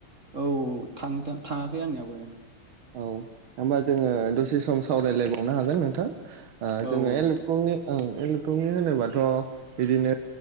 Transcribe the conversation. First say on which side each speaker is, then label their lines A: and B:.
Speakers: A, on the right; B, on the right.
A: औ औ थां थाङाखै आंनियावबो
B: औ हबा जोङो दसे सम सावरायलायबावनो हागोन नोंथां
A: औ
B: जोङो
A: औ
B: एलेक्ट्रक ओं एलकनि होनोबाथ' बिदिनो